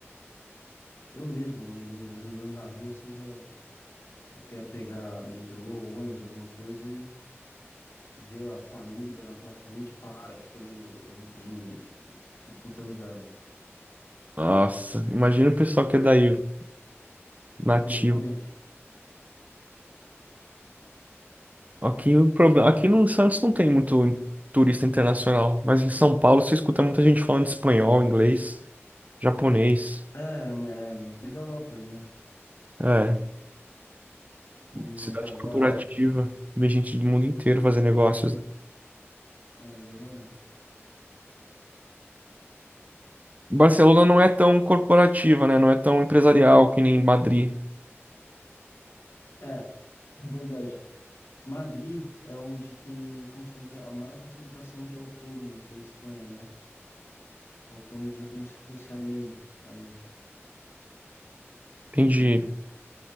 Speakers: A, on the left; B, on the right.
A: Eu mesmo, andando, às vezes andando na rua, você já, você quer pegar metrô, ônibus, alguma coisa e vê a família na tua frente, para, fica olhando a vitrine, tipo, tudo quanto é lugar, né?
B: Nossa, imagina o pessoal que é daí, nativo.
A: Exatamente.
B: Aqui, o problema, aqui no Santos não tem muito turista internacional, mas em São Paulo você escuta muita gente falando espanhol, inglês, japonês.
A: É, é megalópole, né?
B: É,
A: Como
B: cidade
A: Nova
B: corporativa,
A: York,
B: vem gente do mundo inteiro fazer negócios.
A: Londres.
B: né?
A: É, exatamente.
B: Barcelona não é tão corporativa, né? Não é tão empresarial que nem Madrid.
A: É, é verdade. Madrid é onde tem concentra a maior concentração de autônomos da Espanha, né? Autônomos é como se fosse a MEI aí.
B: Entendi.
A: E,